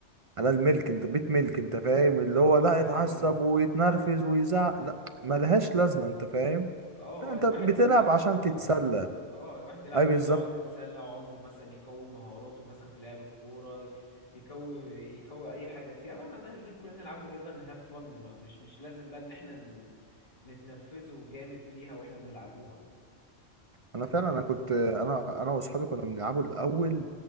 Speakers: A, on the right (about 40°); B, on the left (about 30°).
A: انا الملك انت بيت ملك انت فاهم اللي
B: اه
A: هو لا
B: ده
A: يتعصب
B: حقيقي
A: ويتنرفز ويزعق لا ملهاش لازمه انت فاهم
B: اه
A: لا انت
B: اه الواحد
A: بتلعب
B: بيمارس
A: عشان
B: رياضه
A: تتسلى
B: اه الواحد يلعب
A: اي
B: رياضه
A: بالظبط
B: عاوز يتسلى عاوز ي- مثلا يقوي مهاراته مثلا في لعب الكوره يقوي يقوي اي حاجه فيها فاحنا لازم كلنا نلعبوا رياضه نهاف فن ما- مش مش لازم بقى ان احنا ن- نتنرفزه جامد فيها واحنا بنلعبوها
A: انا فعلا
B: فاهم
A: انا كنت انا انا واصحابي كنا بنلعبه الاول